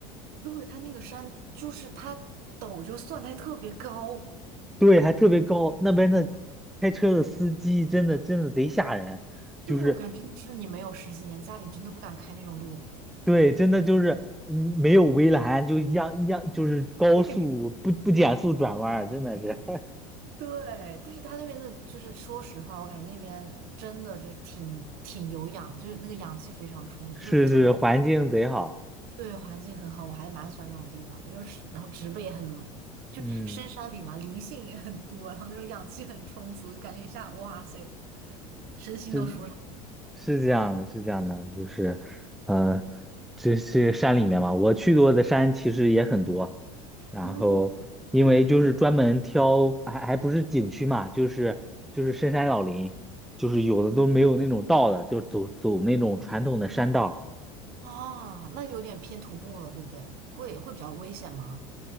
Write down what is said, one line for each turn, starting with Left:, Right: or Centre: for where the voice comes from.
Right: 对，它那个山就是它陡就算，它还特别高。
Centre: 对，还特别高，那边的开车的司机真的真的贼吓人，就是
Right: 对，我感觉真的是你没有十几年，家里真的不敢开那种路。
Centre: 对，真的就是嗯没有围栏，就一样一样，就是高速不不减速转弯儿真的是。
Right: <laughs> 嘿对，但是他那边的，就是说实话，我感觉那边真的就是挺挺有氧，就是那个氧气非常充足，
Centre: 是是，
Right: 就是特别
Centre: 环境贼好，
Right: 对环境很好，我还蛮喜欢这种地方的。就是然后植被也很，就深山里嘛，
Centre: 嗯，
Right: 灵性也很多，然后那种氧气很充足，就感觉一下哇塞，身心都舒畅。
Centre: 是是这样的，是这样的，就是，呃，这是山里面嘛，我去过的山其实也很多，然后因为就是专门挑，
Right: 嗯
Centre: 还还不是景区嘛，就是就是深山老林，就是有的都没有那种道的，就走走那种传统的山道，
Right: 啊，那有点偏徒步了，对不对？会会比较危险吗？